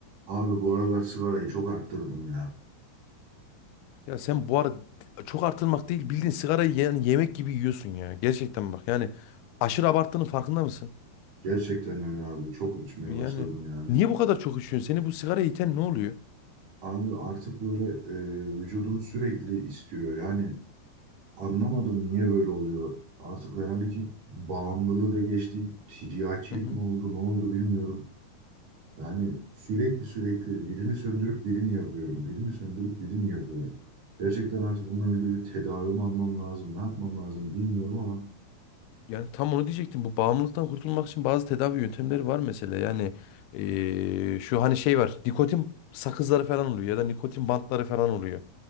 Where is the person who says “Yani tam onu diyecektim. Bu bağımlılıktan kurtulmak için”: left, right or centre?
Left